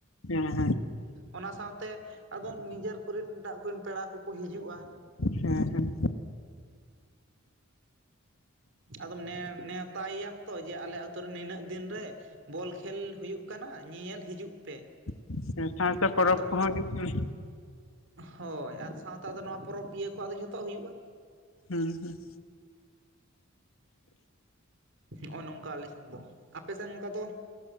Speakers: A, on the left; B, on the right.
A: ᱦᱮᱸ ᱦᱮᱸ ᱦᱮᱸ
B: ᱚᱱᱟ ᱥᱟᱶᱛᱮ ᱟᱫᱚ ᱱᱤᱡᱮᱨ ᱠᱚᱨᱮᱱ ᱮᱴᱟᱜ ᱠᱚᱨᱮᱱ ᱯᱮᱲᱟ ᱠᱚᱠᱚ ᱦᱤᱡᱩᱜᱼᱟ᱾
A: ᱦᱮ ᱦᱮᱸ
B: ᱟᱫᱚᱢ ᱱᱮ ᱱᱮᱣᱛᱟᱭ ᱮᱭᱟᱢ ᱛᱚ ᱡᱮ ᱟᱞᱮ ᱟᱛᱳ ᱨᱮ ᱱᱤᱱᱟᱹᱜ ᱫᱤᱱ ᱨᱮ ᱵᱚᱞ ᱠᱷᱮᱞ ᱦᱩᱭᱩᱜ ᱠᱟᱱᱟ ᱧᱮᱧᱮᱞ ᱦᱤᱡᱩᱜ ᱯᱮ
A: ᱦᱚᱸ ᱥᱟᱶ ᱥᱟᱶᱛᱮ ᱯᱚᱨᱚᱵᱽ
B: ᱟᱫᱚ
A: ᱠᱚᱦᱚᱸ ᱦᱩᱭᱩᱜ ᱠᱟᱱᱟ᱾
B: ᱦᱳᱭ ᱟᱨ ᱥᱟᱶᱛᱮ ᱟᱫᱚ ᱱᱚᱣᱟ ᱯᱚᱨᱚᱵᱽ ᱯᱤᱭᱟᱹ ᱠᱚ ᱟᱫᱚ ᱡᱷᱚᱛᱚᱣᱟᱜ ᱦᱩᱭᱩᱜᱼᱟ᱾
A: ᱦᱮᱸ ᱦᱮᱸ
B: ᱱᱚᱜᱼᱚᱭ ᱱᱚᱝᱠᱟ ᱟᱞᱮ ᱥᱮᱱ ᱫᱚ, ᱟᱯᱮ ᱥᱮᱱ ᱚᱱᱠᱟ ᱫᱚ,